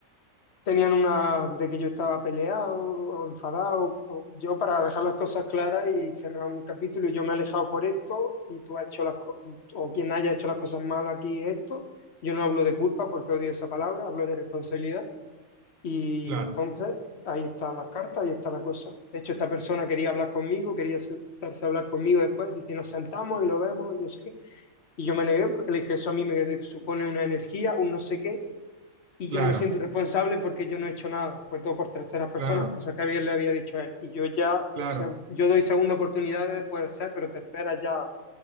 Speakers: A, on the left (about 55°); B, on the right (about 50°).
A: tenían una de que yo estaba peleado o enfadado. o- yo para dejar las cosas claras y cerrar un capítulo y yo me he alejado por esto y tú has hecho las co- o quien haya hecho las cosas mal aquí esto. Yo no hablo de culpa porque odio esa palabra, hablo de responsabilidad. Y
B: Claro,
A: entonces ahí están las cartas, ahí está la cosa. De hecho, esta persona quería hablar conmigo, quería sentarse a hablar conmigo después. Dice, nos sentamos y lo vemos y no sé qué. Y yo me negué porque le dije, eso a mí me supone una energía, un no sé qué y
B: claro,
A: yo no me siento responsable porque yo no he hecho nada, fue todo por terceras personas,
B: claro,
A: cosa que bien le había dicho a él. Y yo ya, o
B: claro,
A: sea, yo doy segunda oportunidad después de ser, pero tercera ya, no,